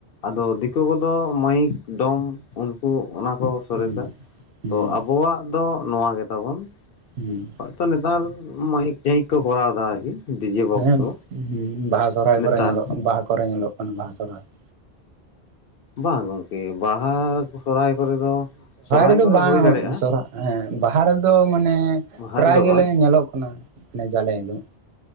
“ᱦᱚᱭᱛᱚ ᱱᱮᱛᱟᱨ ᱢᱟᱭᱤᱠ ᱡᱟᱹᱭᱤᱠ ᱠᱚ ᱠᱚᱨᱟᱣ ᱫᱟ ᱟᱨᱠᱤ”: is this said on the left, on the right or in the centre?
Left